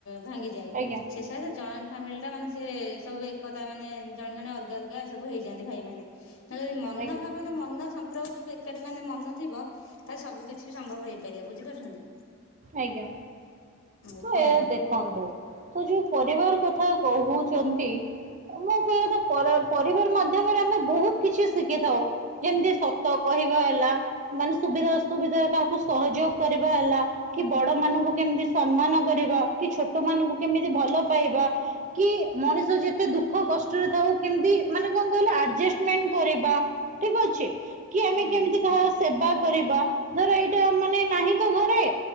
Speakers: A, on the left; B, on the right.
A: ଭାଙ୍ଗିଯାଏ
B: ଆଜ୍ଞା
A: ସେସ ତା ସେ ଜଏଣ୍ଟ ଫ୍ୟାମିଲି ଟା ମାନେ ସେ ସବୁ ଏକତା ମାନେ ଜଣେ ଜଣେ ଅଲଗା ଅଲଗା ସବୁ ହେଇଯାନ୍ତି ଭାଇ ମାନେ। ଯଦି ମନ
B: ଆଜ୍ଞା
A: ଭାବନା ମନ ସମ୍ପର୍କ ସବୁ ଏ ଏକାଠି ମାନେ ମନ ଥିବ ତାହେଲେ ସବୁ କିଛି ବି ସମ୍ଭବ ହେଇପାରିବ ବୁଝିପାରୁଛନ୍ତି?
B: ଆଜ୍ଞା
A: ହଉ
B: ତୁ
A: କୁହନ୍ତୁ।
B: ଏ ଦେଖନ୍ତୁ ତ ଯୋଉ ପରିବାର କଥା କହୁଛନ୍ତି ମୁଁ କହିବା କଥା ପର ପରିବାର ମା ଧ୍ୟମରେ ଆମେ ବହୁତ କିଛି ଶିଖିଥାଉ ଯେମିତି ସ ତ କହିବା ହେଲା ମାନେ ସୁବିଧା ଅସୁବିଧାରେ କାହାକୁ ସହଯୋଗ କରିବା ହେଲା। କି ବଡ ମାନଙ୍କୁ କେମିତି ସମ୍ମାନ କରିବା କି ଛୋଟ ମାନଙ୍କୁ କେମିତି ଭଲ ପାଇବା। କିଏ ମଣିଷ ଯେ ଯେତେ ଦୁଃଖ କଷ୍ଟରେ ଥାଉ କେମିତି ମାନେ କଣ କହିଲ ଆଡଜଷ୍ଟମେଣ୍ଟ କରିବା ଠିକ୍ ଅଛି। କି
A: ହୁଁ
B: ଆମେ କେମିତି
A: ହୁଁ।
B: କାହାର ସେବା କରିବା ଧର ଏଇଟା ମାନେ ନାହିଁ ତ ଘରେ